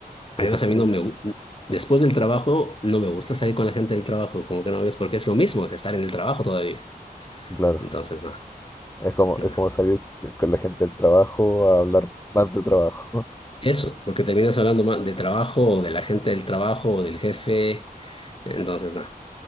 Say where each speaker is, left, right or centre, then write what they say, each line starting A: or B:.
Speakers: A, on the left; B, on the left.
A: Además,
B: debe ser
A: a
B: terrible.
A: mí no me... gu- Después del trabajo, no me gusta salir con la gente del trabajo, como que no ves, porque es lo mismo, estar en el trabajo todavía.
B: Claro,
A: Entonces, no,
B: es como,
A: no.
B: es
A: no.
B: como salir con la gente del trabajo a hablar más de trabajo. <laughs>
A: Eso, porque terminas hablando más de trabajo o de la gente del trabajo o del jefe. Entonces, no.